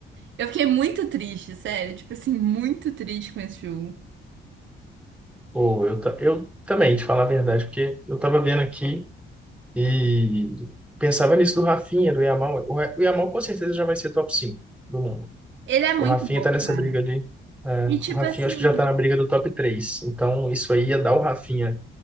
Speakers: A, on the right (about 70°); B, in the centre.
A: eu fiquei muito triste, sério. Tipo assim, muito triste com esse jogo.
B: Pô, eu, ta- eu também, te falar a verdade, porque eu tava vendo aqui e pensava nisso do Rafinha, do Yamal. O Ra- o Yamal com certeza já vai ser top 5 do mundo.
A: Ele é muito
B: O Rafinha
A: bom,
B: tá nessa
A: cara.
B: briga ali. É,
A: E tipo
B: o Rafinha
A: assim.
B: acho que já tá na briga do top três Então, isso aí ia dar o Rafinha